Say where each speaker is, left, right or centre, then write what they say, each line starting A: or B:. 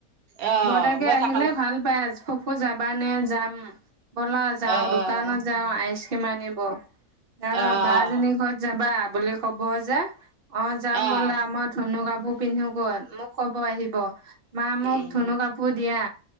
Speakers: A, on the right; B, on the right.
A: অ'
B: বৰ্তাকে
A: বৰ্তাকাল
B: আহিলে ভাল পায় আজ খুব। আকৌ যাবা নে যাম। বলা যাওঁ
A: অ'
B: দোকানত যাওঁ আইচ সমানিব আহ
A: অ'
B: বা জনি ঘৰত যাবা বুলি ক'ব যে অ যাম
A: অ'
B: বোলে আমই ধুনু কাপো পো পিন্ধো গৈ মোক কব আহিব। মা মোক
A: উম
B: ধুনু কাপোৰ দিয়া